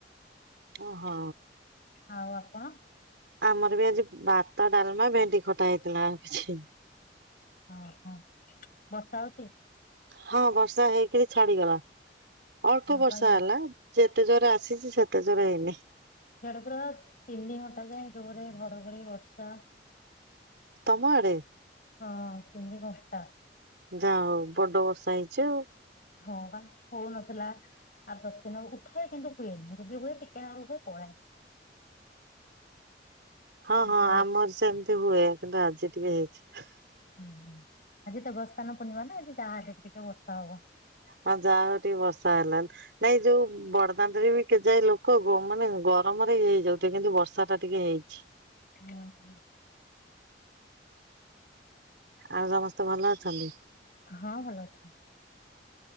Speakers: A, on the right; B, on the left.
A: ଓହୋ।
B: ଆଉ ଆପଣ
A: ଆମର ବି ଆଜି ଭାତ, ଡାଲମା, ଭେଣ୍ଡି ଖଟା ହେଇଥିଲା, ଆଉ କିଛି
B: ହଁ ହଁ ବର୍ଷା ହଉଛି?
A: ହଁ ବର୍ଷା ହେଇକରି ଛାଡିଗଲା। ଅଳ୍ପ
B: ହଁ
A: ବର୍ଷା
B: ପାଇବା
A: ହେଲା, ଯେତେ ଜୋର ଆସିଛି ସେତେ ଜୋର ହେଇନି।
B: ଇଆଡେ ପୁରା ତିନି ଘଣ୍ଟା ଯାଏ ଜୋରେ ଘଡଘଡି ବର୍ଷା।
A: ତମ ଆଡେ?
B: ହଁ ତିନି ଘଣ୍ଟା।
A: ଯାହା ହଉ ବଡ ବର୍ଷା ହେଇଛି ଆଉ।
B: ହଁ ବା ହଉନଥିଲା। ଆଠ ଦଶ ଦିନ ହବ, ଉଠାଏ କିନ୍ତୁ ହୁଏନି, ଯଦି ହୁଏ ଟିକେ ନାଗୁରୁ ହୁଏ ପଳାଏ।
A: ହଁ
B: କିନ୍ତୁ
A: ହଁ ଆମର
B: ଆଜି
A: ସେମିତି ହୁଏ କିନ୍ତୁ ଆଜି ଟିକେ ହେଇଛି।
B: ହୁଁ ହୁଁ ଆଜି ଦେବଶ୍ନାନ ପୂର୍ଣିମା ନା ଆଜି ଯାହାଲେ ବି ଟିକେ ବର୍ଷା ହବ।
A: ହଁ ଯାହା ହ ଟିକେ ବର୍ଷା ହେଲା। ନାଇଁ ଯୋଉ ବଡଦାଣ୍ଡ ରେ ବି କେଯାଏ ଲୋକ ମାନେ ଗରମରେ ଇଏ ହେଇଯାଉ ଥିବେ, କିନ୍ତୁ ବର୍ଷା ଟା ଟିକେ ହେଇଛି।
B: ହୁଁ।
A: ଆଉ ସମସ୍ତେ ଭଲ ଅଛନ୍ତି?
B: ହଁ ଭଲ ଅଚୁ।